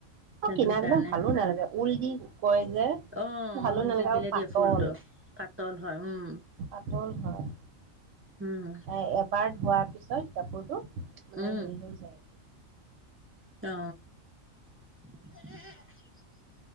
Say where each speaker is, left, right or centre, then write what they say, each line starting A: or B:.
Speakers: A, on the right (about 20°); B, on the right (about 70°).
A: সেইটো
B: এ কিনাবিলাক
A: কাৰণে
B: ভালো নালাগে ঊল দি কৰে যে।
A: অ
B: ভালো
A: ঊল
B: নালাগে
A: দি পেলাই
B: আৰু পাতল
A: দিয়ে ফুলটো, পাতল হয় উম।
B: পাতল হয়
A: উম।
B: এ এবাৰ ধোৱাৰ পিছত কাপোৰটো মানে
A: উম
B: হেৰি হৈ যায়।
A: অ। <unintelligible>